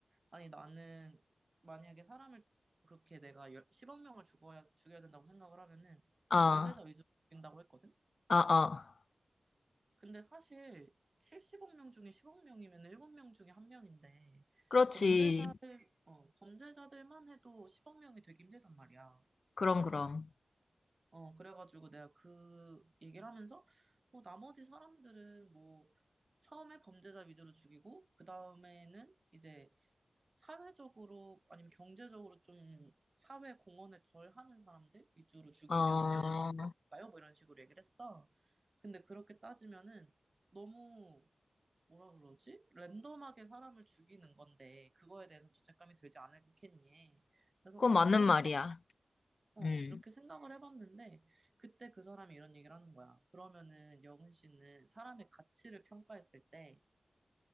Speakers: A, on the right; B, on the left.
A: 아니, 나는 만약에 사람을 그렇게 내가 열- 10억 명을 죽어야, 죽여야 된다고 생각을 하면은
B: 어,
A: 범죄자 위주로 죽인다고 했거든?
B: 어, 어.
A: 근데 사실 70억 명 중에 10억 명이면 7명 중에 한명인데
B: 그렇지.
A: 범죄자들, 어, 범죄자들만 해도 10억 명이 되기 힘들단 말이야.
B: 그럼, 그럼.
A: 어, 그래가지고 내가 그 얘기를 하면서, 뭐, 나머지 사람들은 뭐, 처음에 범죄자 위주로 죽이고, 그 다음에는 이제 사회적으로, 아니면 경제적으로 좀 사회 공헌을 덜 하는 사람들 위주로 죽이면은,
B: 어,
A: 나요? 뭐 이런 식으로 얘기를 했어. 근데 그렇게 따지면은, 너무, 뭐라 그러지? 랜덤하게 사람을 죽이는 건데, 그거에 대해서 죄책감이 들지 않겠니? 그래서,
B: 그건
A: 어
B: 맞는
A: 뭐, 그럴
B: 말이야.
A: 것 어,
B: 음.
A: 이렇게 생각을 해봤는데, 그때 그 사람이 이런 얘기를 하는 거야. 그러면은 여은 씨는 사람의 가치를 평가했을 때,